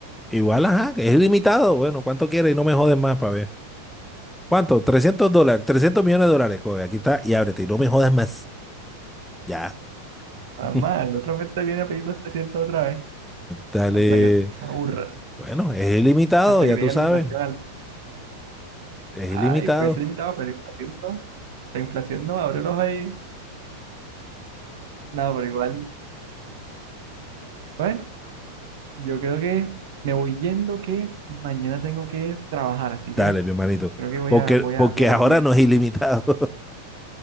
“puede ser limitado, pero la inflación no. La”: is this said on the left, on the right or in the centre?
Right